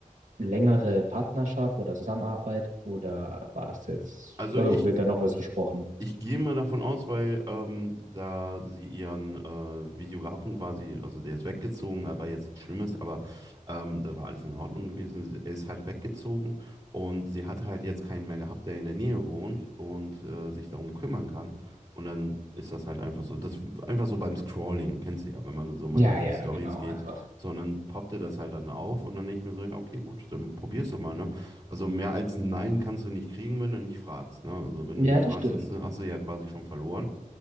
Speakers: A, on the right; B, on the right.
A: längere Partnerschaft oder Zusammenarbeit oder war es jetzt,
B: Also
A: also
B: ich
A: wird da noch was versprochen?
B: Ich gehe mal davon aus, weil ähm, da sie ihren äh, Videografen quasi, also der ist weggezogen, war jetzt nichts Schlimmes, aber ähm, da war alles in Ordnung gewesen. Sie- Er ist halt weggezogen und sie hat halt jetzt keinen mehr gehabt, der in der Nähe wohnt und äh, sich darum kümmern kann. Und dann ist das halt einfach so, das einfach so beim Scrolling, kennst du ja, wenn man so mal
A: Ja,
B: durch
A: ja,
B: die Stories
A: genau,
B: geht,
A: einfach.
B: sondern poppte das halt dann auf und dann denke ich mir so, ja, okay, gut, dann probierst du mal, ne? Also mehr als ein Nein kannst du nicht kriegen, wenn du nicht fragst. Ne? Also wenn
A: Ja,
B: du nicht
A: das
B: fragst,
A: stimmt.
B: hast du, hast du ja quasi schon verloren.